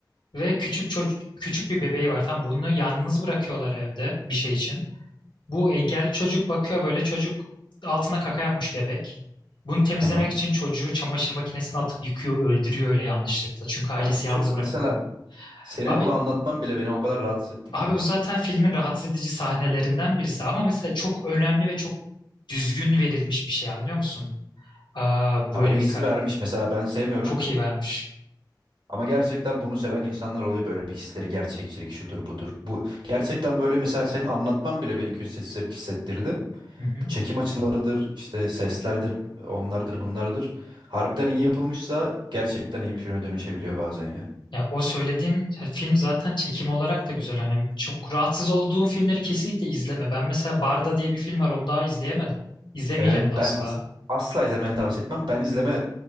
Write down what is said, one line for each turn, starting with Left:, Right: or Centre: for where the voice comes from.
Left: ve küçük çocuk küçük bir bebeği var. Tam bunu yalnız bırakıyorlar evde bir şey için. Bu engelli çocuk bakıyor böyle çocuk altına kaka yapmış bebek. Bunu temizlemek
Right: Tamam.
Left: için çocuğu çamaşır makinesine atıp yıkıyor, öldürüyor öyle yanlışlıkla. Çünkü ailesi
Right: Abi çok
Left: yalnız
Right: mesela
Left: bırakıyor.
Right: senin
Left: Abi
Right: bunu anlatman bile beni o kadar rahatsız etti
Left: abi
Right: ki.
Left: bu zaten filmin rahatsız edici sahnelerinden birisi ama mesela çok önemli ve çok düzgün verilmiş bir şey anlıyor musun? Aa,
Right: Ha,
Left: böyle
Right: o hissi
Left: bir hikaye.
Right: vermiş. Mesela ben sevmiyorum.
Left: Çok iyi vermiş.
Right: Ama gerçekten bunu seven insanlar oluyor böyle bir hisleri gerçekçilik şudur budur. Bu gerçekten böyle mesela senin anlatman bile beni kötü hissettirdi.
Left: Hı hı.
Right: Bu çekim açılarıdır, işte seslerdir, onlardır, bunlardır. Harbiden iyi yapılmışsa gerçekten iyi bir filme dönüşebiliyor bazen ya.
Left: Ya o söylediğim ya film zaten çekim olarak da güzel. Hani çok rahatsız olduğum filmleri kesinlikle izleme. Ben mesela Barda diye bir film var onu daha izleyemedim. İzlemeyeceğim
Right: Evet
Left: de asla.
Right: ben as- asla izlemeni tavsiye etmem. Ben izleme